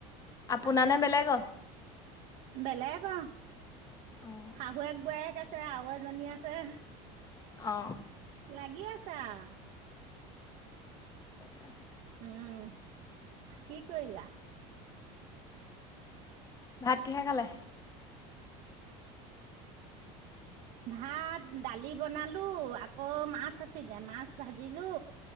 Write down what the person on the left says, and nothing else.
আপুনা
নে বেলেগ।
অঁ
অ।
তাকে
ভাতকিহে খালে